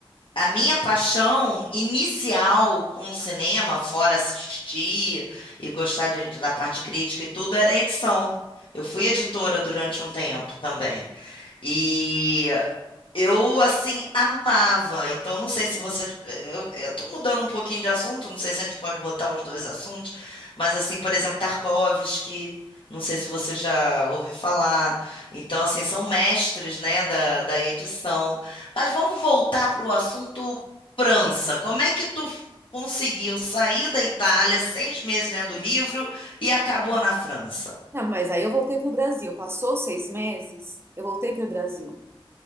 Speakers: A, on the left; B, on the right.
A: A minha paixão inicial com o cinema, fora assistir e gostar de- da parte crítica e tudo, era a edição. Eu fui editora durante um tempo também. E eu, assim, amava. Então, não sei se você. Eu, eu tô mudando um pouquinho de assunto, não sei se a gente pode botar os dois assuntos, mas, assim, por exemplo, Tarkovsky, não sei se você já ouviu falar. Então, assim, são mestres, né, da, da edição. Mas vamos voltar para o assunto França. Como é que tu conseguiu sair da Itália seis meses lendo livro e acabou na França?
B: Não, mas aí eu voltei pro Brasil. Passou seis meses, eu voltei pro Brasil.